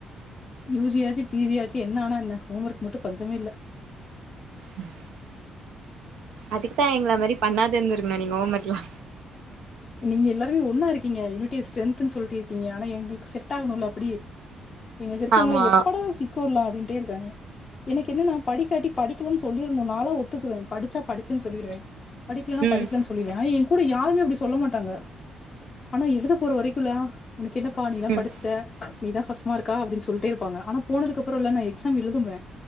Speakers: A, on the left; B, on the right.
A: யுஜி ஆச்சு பிஜி ஆச் என்ன ஆனா என்ன ஹோம் ஒர்க் மட்டு பஞ்சமே இல்ல
B: உம் அதுக்குதா எங்கள மாரி பண்ணாதுதிர்ந்கனு னனி ஹோமர்க்லா
A: இங்க எல்லாருமே ஒன்னா இருக்கிங்க யூனிட்டி ஸ்ரென்த்ன் சொல்லிட்டு இருக்கீங்க ஆனா எங்ளுக் செட் ஆகணுல்ல அப்டி எங்களுக்கு இருக்கவங்களா
B: ஆமா
A: எப்படா சிக்க வுட்லா அப்டின்ட்டே இருக்காங்க எனக் என்னனா படிக்காட்டி படிக்கலன் சொல்லிருனு நாளா ஒத்துக்குவே படிச்சா படிச்சுன் சொல்லிருவே படிக்கலனா
B: ம்
A: படிக்கலன் சொல்லிருவ ஆனா ஏன் கூட யாருமே அப்டி சொல்ல மாட்டாங்க ஆனா எழுத போற வரைக் குலா உனக்கு என்னப்பா நீ எல்லா
B: ம்
A: படிச்சிட்ட நீ தா ஃபஸ்ட் மார்க்கா அப்டி சொல்ட்டே இருப்பாங்க ஆனா போனதுக்கப்றோல்ல எக்ஸாம் எழுதுவ